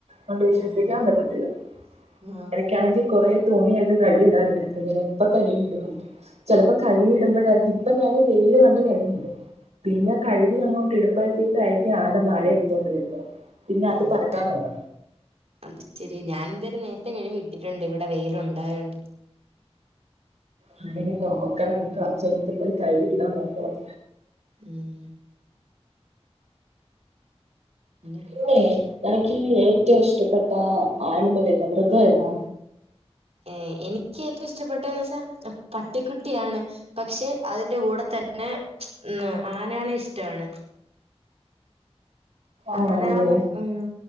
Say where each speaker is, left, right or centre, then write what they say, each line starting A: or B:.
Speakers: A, on the right; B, on the right.
A: അഒണ്ട് വിശ്വസിക്കാൻ
B: ഉം
A: പറ്റത്തില്ല
B: ആഹ്
A: എരക്കാണെങ്കി കൊറേ തുണിയെക്കെ കഴ്‌വി ഇടാൻ ഇര്ന്നപ്പഴേ എപ്പ കഴ്‌വി ഇടോ എന്തോ ചെലപ്പോ കഴ്‌വി ഇടുമ്പഴാ ഇപ്പൊ ഞാാന് വെയില് കണ്ട് ര പിന്നെ കഴ് വി അങ്ങോട്ട് ഇടുമ്പഴത്തേക്കായിയിരിക്കും ആടെ മഴ എടുത്തോണ്ട വരുന്നത് പിന്നെ
B: ആ
A: അത് പറക്കാൻ തുടങ്ങും
B: അത് ശെരിയാ ഞാാനെന്തോലും നേരത്തെ കഴ് വി ഇട് ഇട്ടിട്ടുണ്ട് ഇവിടെ വെയില് ഉണ്ടായോണ്ട്
A: ആ ഇനി നോക്കണം എനിക്കർജെൻഡ് പോയി കഴ്‌വി ഇടാം നോക്കണം
B: ഉം പിന്നെ
A: പിന്നേ നനക്ക് ഏറ്റവും ഇഷ്ടപ്പെട്ട ആനിമൽ ഏതാ മൃഗം ഏതാ
B: ഏ എനിക്ക് ഏറ്റവും ഇഷ്ടപ്പെട്ട എന്ന് വച്ചാ പട്ടിക്കുട്ടിയാണ് പക്ഷെ അതിൻ്റെ കൂടെ തന്നെ ഉം ആനേളെ ഇഷ്ടാണ്
A: ആണല്ലേ
B: ആനളന്ന ഉം